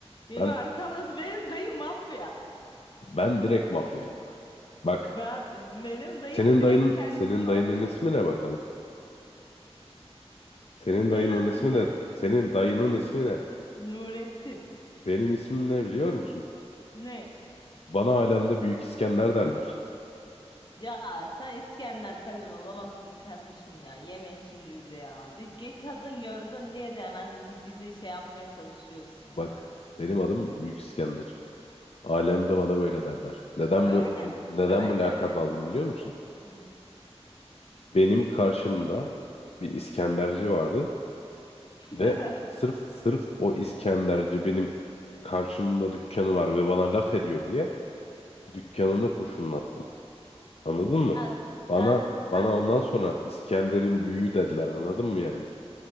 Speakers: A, on the left; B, on the left.
A: Benim
B: Ben
A: arkamda benim dayım mafya.
B: ben direkt mafyayım. Bak
A: Ben benim dayım
B: senin
A: direkt
B: dayının
A: kendisi
B: senin
A: mafya.
B: dayının ismi ne bakalım? Senin
A: Senin
B: dayının
A: adın
B: ismi
A: ne?
B: ne? Senin dayının ismi ne?
A: Nurettin.
B: Benim ismim ne biliyor musun?
A: Ne?
B: Bana alemde Büyük İskender derler.
A: Ya sen İskender falan olamazsın kardeşim ya. Yeme şimdi bize ya. Bir ge- kadın gördün niye de hemen biz- bizi şey yapmaya çalışıyorsun
B: Bak
A: ya.
B: benim adım Büyük İskender. Alemde bana böyle derler. Neden
A: Öyle
B: bu
A: mi?
B: neden
A: Öyle
B: bu lakabı
A: mi?
B: aldım biliyor musun?
A: Hı.
B: Benim karşımda bir İskenderci vardı
A: <laughs>
B: ve sırf sırf o İskenderci benim karşımda dükkanı var ve bana laf ediyor diye dükkanını kurşunlattım. Anladın mı?
A: Ya
B: Bana
A: sen sen
B: bana ondan sonra İskender'in büyüğü dediler anladın mı yani?